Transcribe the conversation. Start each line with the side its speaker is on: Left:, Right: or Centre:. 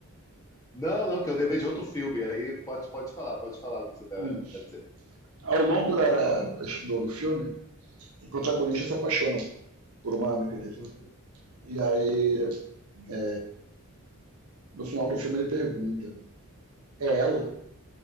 Left: Não, não, que eu lembrei de outro filme. Aí pode, pode falar, pode falar o que você tá,
Right: Hum.
Left: tá dizendo.
Right: Ao longo da, da- do, do filme, o protagonista se apaixona por uma amiga dele.
Left: Hum,
Right: E aí, é, no final do filme, ele pergunta: é ela?